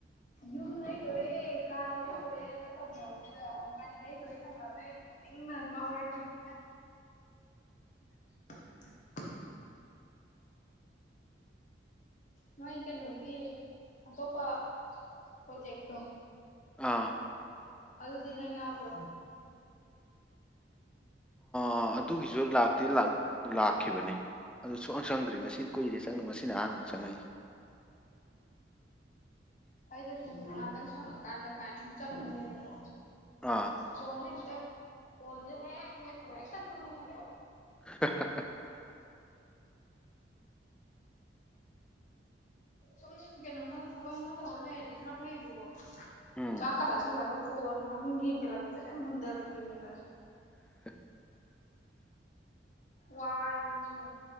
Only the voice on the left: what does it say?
ꯌꯨꯝ ꯂꯩꯗꯣꯔꯦ ꯀꯥ ꯂꯩꯗꯣꯔꯦ ꯑꯃꯅ ꯇꯧꯈꯗ ꯒꯥꯔꯤ ꯂꯩꯗꯣꯔꯦ ꯇꯧꯈ꯭ꯔꯗ ꯑ ꯇꯨꯝꯅꯤꯡ ꯉꯥꯎꯔꯦ ꯑꯩꯈꯣꯏꯗꯤ <unintelligible> ꯃꯣꯏ ꯀꯩꯅꯣꯒꯤ ꯑꯇꯣꯞꯄ ꯄ꯭ꯔꯣꯖꯦꯛꯇꯣ
ꯑꯗꯨ ꯑꯗꯨꯗꯤꯅꯉꯎꯄꯣ
ꯗ ꯈꯤꯇꯪ ꯁꯪꯉꯀꯥꯟꯗ ꯀꯃꯥꯏꯅ ꯁꯨꯝ ꯆꯪꯉꯨꯅꯦꯕꯀꯣ
ꯐꯅꯤ ꯏꯇ ꯐꯟ꯭ꯔꯦ ꯍꯦ ꯃꯦꯒ ꯊꯨꯝꯉ
ꯁꯨꯝ ꯀꯩꯅꯣꯃ ꯊꯕꯛ ꯑꯃ ꯇꯧꯍꯜꯂꯦꯗꯤ ꯈꯔ ꯐꯩꯌꯦꯕꯀꯣ
ꯆꯥ ꯈꯗꯥ ꯆꯂꯒ ꯐꯣꯟ ꯉ ꯌꯦꯡꯁꯤꯠꯂꯛꯄꯁꯦ ꯃꯨꯟꯗꯔꯛꯄꯤꯅꯦꯕ
ꯋꯥꯔꯃꯤꯔ